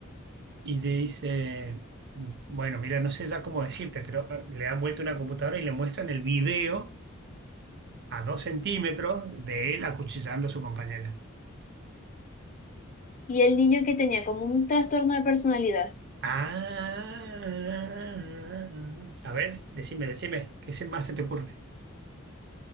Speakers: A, on the right; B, on the left.
A: Y le dice... Bueno, mira, no sé ya cómo decirte, pero eh, le han vuelto una computadora y le muestran el video a dos centímetros de él acuchillando a su compañera.
B: Y el niño que tenía como un trastorno de personalidad.
A: Ah, a ver, decime, decime, ¿qué se- más se te ocurre?